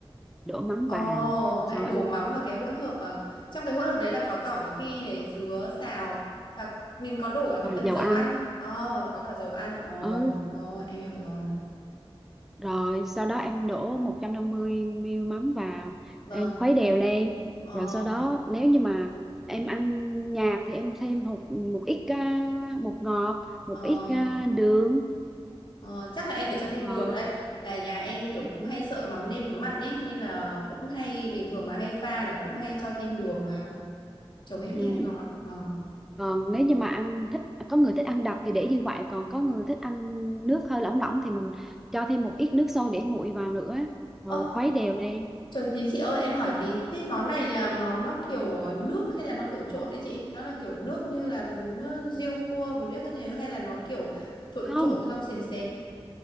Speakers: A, in the centre; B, on the left.
A: đổ mắm
B: Ồ,
A: vào
B: lại
A: sau
B: đổ
A: em
B: mắm vào cái hỗn hợp mà trong cái hỗn hợp đấy là có tỏi phi này, dứa, xào và mình có đổ cả cái
A: và
B: phần
A: dầu
B: dầu
A: ăn
B: ăn. Ờ, có cả dầu ăn. Ồ,
A: Ừ,
B: rồi, em hiểu rồi.
A: rồi sau đó em đổ 150 ml mắm vào
B: Vâng.
A: em khuấy đều lên
B: Ờ,
A: rồi sau đó nếu như mà em ăn nhạt thì em thêm một một ít à, bột ngọt một
B: ờ,
A: ít à, đường
B: ờ, chắc là em phải cho thêm
A: rồi
B: đường đấy. Là nhà em kiểu
A: ừ,
B: cũng hay sợ mắm nêm nó mặn ấy nên là cũng hay bình thường mà hay pha là cũng hay cho thêm đường vào. Chồng em
A: ừ.
B: thích ăn ngọt. Vâng.
A: còn nếu như mà ăn thích có người thích ăn đặc thì để như vậy còn có người thích ăn nước hơi lỏng lỏng thì mình cho thêm một ít nước sôi để nguội vào nữa
B: Ơ
A: rồi khuấy đều lên
B: Chờ tí chị ơi em hỏi tí Thế món này là món nó kiểu ờ, nước hay là nó kiểu trộn đấy chị Nó là kiểu nước như là bún ờ, riêu cua Bún riêu các thứ hay là nó kiểu trộn
A: không
B: trộn xong sền sệt